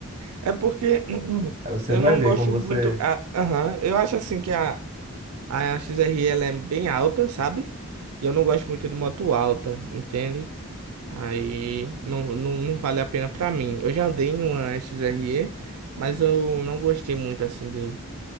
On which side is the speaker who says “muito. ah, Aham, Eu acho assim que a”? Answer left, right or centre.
Right